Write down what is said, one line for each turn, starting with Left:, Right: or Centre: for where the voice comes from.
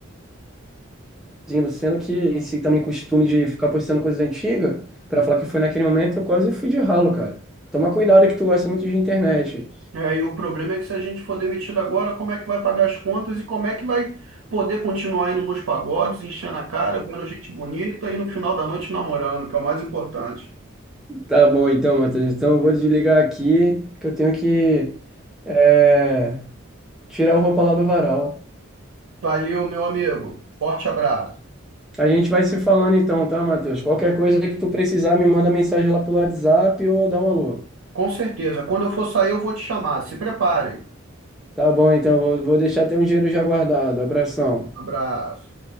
Centre: sendo que esse também costume de ficar postando coisas antigas, para falar que foi naquele momento, eu quase fui de ralo, cara. Toma cuidado que tu gosta muito de internet.
Right: É, e o problema é que se a gente for demitido agora, como é que vai pagar as contas e como é que vai poder continuar indo nos pagodes, enchendo a cara, vendo gente bonita e no final da noite namorando, que é o mais importante.
Centre: Tá bom então, Matheus. Então eu vou desligar aqui que eu tenho que é, tirar a roupa lá do varal.
Right: Valeu, meu amigo. Forte abraço.
Centre: A gente vai se falando então, tá, Matheus? Qualquer coisa que tu precisar, me manda mensagem lá pelo WhatsApp ou dá um alô.
Right: Com certeza. Quando eu for sair, eu vou te chamar. Se preparem.
Centre: Tá bom, então, vou, vou deixar teu dinheiro já guardado. Abração.
Right: Abraço.